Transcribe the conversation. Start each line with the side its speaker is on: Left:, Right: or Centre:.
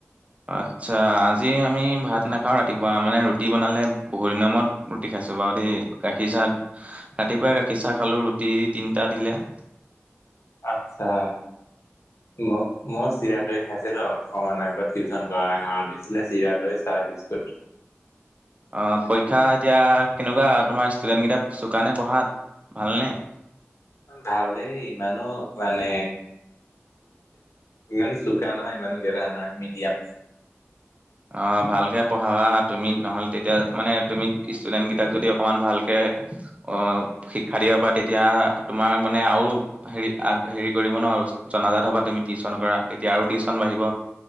Right: আচ্ছা আজি আমি ভাত নাখাওঁ। ৰাতিপুৱা মানে ৰুটি বনালে বহু দিনৰ মূৰত ৰুটি খাই। ছচ বাৰু দেই গাখীৰ চাহ ৰাতিপুৱাই গাখীৰ চাহ খালোঁ ৰুটি তিনটা দিলে। <unintelligible>
Left: আচ্ছা মইয়ো মই চিৰা। দৈ খাইছিলোঁ অকণমান আগত টিউচন কৰা ঘৰত দিছিলে চিৰা দৈ চাহ বিস্কুট।
Right: অ পৰীক্ষা এতিয়া কেনেকুৱা তোমাৰ ষ্টুডেণ্ট কেইটা চোকানে পঢ়াত। ভালনে।
Left: ভালেই ইমানো মানে। ইমানো চুকা নহয় ইমানো গেধা নহয় মিডিয়াম।
Right: অ ভালকে পঢ়াবা তুমি নহল তেতিয়া মানে তুমি ষ্টুডেন্ট কেইটাক যদি অকমান ভালকে। অ শিক্ষা দিয়াৰ পৰা তেতিয়া তোমাৰ মানে আৰু হেৰি হেৰি কৰিব। জনাজাত হবা তুমি টিউশন কৰা তেতিয়া আৰু টিউচন বাঢ়িব